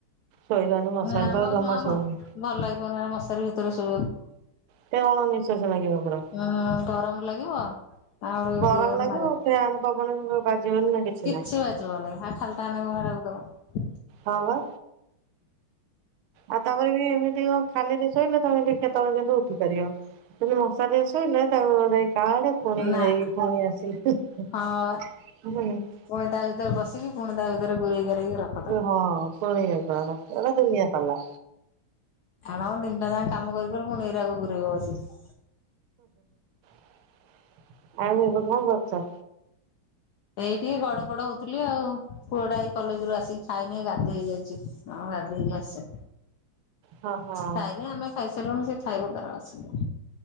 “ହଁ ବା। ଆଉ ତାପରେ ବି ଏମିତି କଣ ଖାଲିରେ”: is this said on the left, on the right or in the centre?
Right